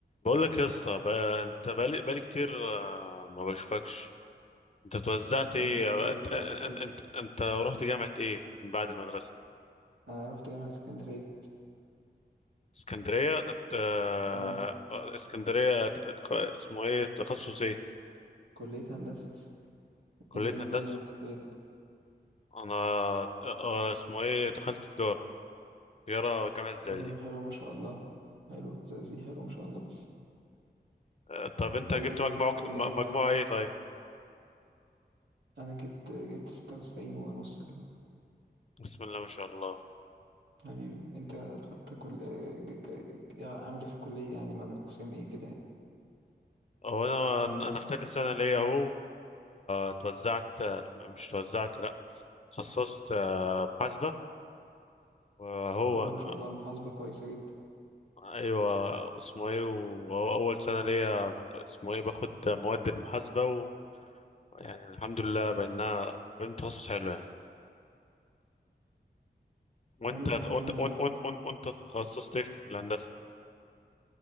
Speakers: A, on the left; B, on the right.
A: بقول لك يا اسطى بقى انت بقالي بقالي كتير آه، ما بشوفكش انت توزعت ايه
B: وانت والله
A: آه،
B: انت
A: انت
B: ايه
A: انت
B: الدنيا
A: انت, انت رحت جامعة ايه من بعد المدرسة
B: انا رحت جامعة اسكندرية
A: اسكندرية ات- آه،
B: اه
A: آه، اسكندرية ت- تخ- اسمه ايه تخصص ايه
B: كلية هندسة
A: كلية
B: انت ايه
A: هندسة
B: الدنيا رحت فين
A: انا آه، آه، اسمه ايه دخلت تجارة تجارة جامعة الزقازيق
B: حلو حلو ما شاء الله حلو زقزي حلو ما شاء الله
A: آه، طب انت
B: طب
A: جبت
B: ايه اخبار
A: مجموع
B: الكلية
A: م-
B: معاك
A: مجموعة ايه طيب
B: انا جبت جبت ستة وتسعين ونص كده
A: بسم الله ما شاء الله
B: حبيبي انت دخلت كل ج- ج- ج- عامل ايه في الكلية يعني مج- قسم ايه كده يعني
A: هو انا انا في تالت سنة ليا اهو وتوزعت مش توزعت لا خصصت آه، محاسبة وهو
B: حلو
A: أنا
B: ما شاء الله المحاسبة كويسة جدا
A: أيوة اسمه إيه وهو أول سنة ليا ب- اسمه إيه باخد مواد المحاسبة ويعني الحمد لله بأنها بأن تخصص حلو يعني وأنت
B: المهم انت
A: وأنت
B: حابب
A: وأنت
B: المجال
A: وأنت,
B: يعني
A: وأنت, وأنت تخصصت إيه في الهندسة